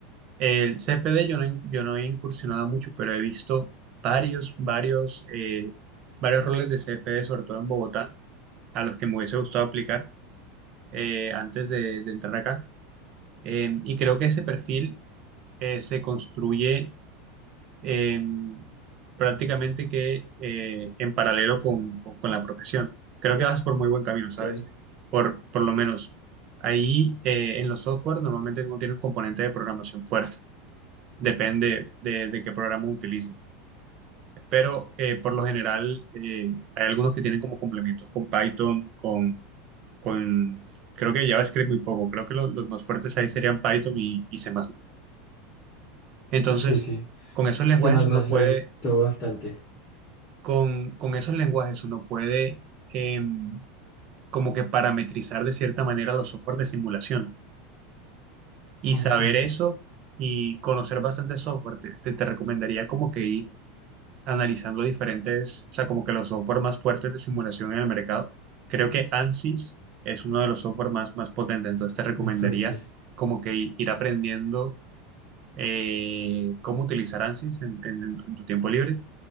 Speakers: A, on the right; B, on the left.
A: el CFD yo no, yo no he incursionado mucho, pero he visto varios, varios, eh, varios roles de CFD, sobre todo en Bogotá, a los que me hubiese gustado aplicar eh, antes de, de entrar acá. Em, y creo que ese perfil eh, se construye eh, prácticamente que eh, en paralelo con, con- con la profesión. Creo que vas por muy buen camino, ¿sabes?
B: Ok.
A: Por, por lo menos ahí eh, en los software normalmente no tienen componente de programación fuerte. Depende de, de qué programa utilicen. Pero eh, por lo general eh, hay algunos que tienen como complementos con Python, con, con creo que JavaScript muy poco. Creo que lo- los más fuertes ahí serían Python y, y C++. Entonces,
B: Sí, sí.
A: con esos lenguajes
B: C++ lo
A: uno puede
B: he visto bastante.
A: con, con esos lenguajes uno puede em, como que parametrizar de cierta manera los software de simulación. Y
B: Ok,
A: saber eso y conocer bastante software, te, te- te recomendaría como que ir analizando diferentes, o sea, como que los software más fuertes de simulación en el mercado. Creo que ANSYS es uno de los software más, más potentes, entonces te recomendaría
B: más fuertes.
A: como que i- ir aprendiendo eh, cómo utilizar ANSYS en en- en tu tiempo libre